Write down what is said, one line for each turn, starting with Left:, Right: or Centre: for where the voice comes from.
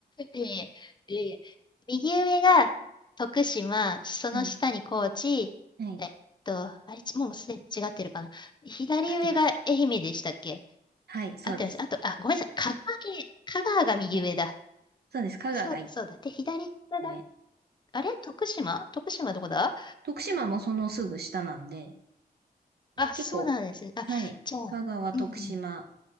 Left: いえいえ、いえいえ右上が徳島、その下に高知、
Right: はい、はい、
Left: えっと、あれ、もうすでに間違ってるかな。左上が愛媛でしたっけ
Right: 合ってます。はい、そうです。
Left: 合ってます。あと、あ、ごめんなさい、香川県、香川が右上だ。
Right: はい、そうです。香川が一
Left: そう、そうだ。で、左が
Right: つ上。
Left: あれ徳島徳島どこだ
Right: 徳島もそのすぐ下なんで、
Left: あ、
Right: 結構、
Left: そうなんですね。あ、
Right: はい。
Left: じゃあ、
Right: 香川、
Left: うんうん。
Right: 徳島